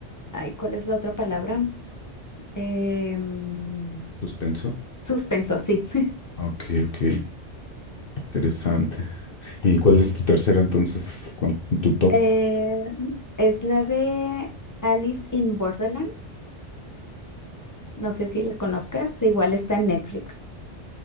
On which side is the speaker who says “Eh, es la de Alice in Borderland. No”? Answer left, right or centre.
Left